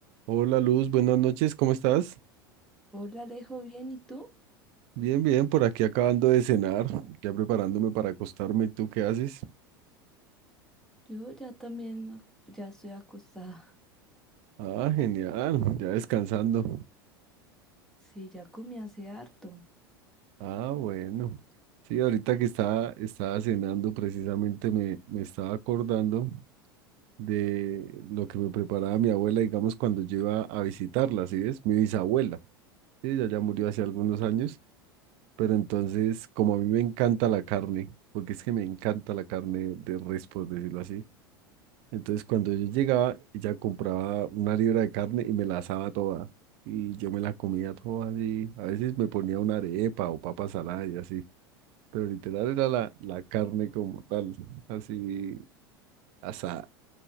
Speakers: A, on the right; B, in the centre.
A: Hola Luz, buenas noches, ¿cómo estás?
B: Hola, Alejo, bien, ¿y tú?
A: Bien, bien, por aquí acabando de cenar, ya preparándome para acostarme. ¿Y tú qué haces?
B: Yo ya también, ya estoy acostada.
A: Ah, genial, ya descansando.
B: Sí, ya comí hace harto.
A: Ah, bueno. Sí, ahorita que estaba, estaba cenando, precisamente me, me estaba acordando de lo que me preparaba mi abuela, digamos, cuando yo iba a visitarla, ¿sí ves? Mi bisabuela. Sí, ella ya murió hace algunos años, pero entonces, como a mí me encanta la carne, porque es que me encanta la carne de res, por decirlo así. Entonces, cuando yo llegaba, ella compraba una libra de carne y me la asaba toda. Y yo me la comía toda así. A veces me ponía una arepa o papa salada y así. Pero literal era la, la carne como tal, así asada.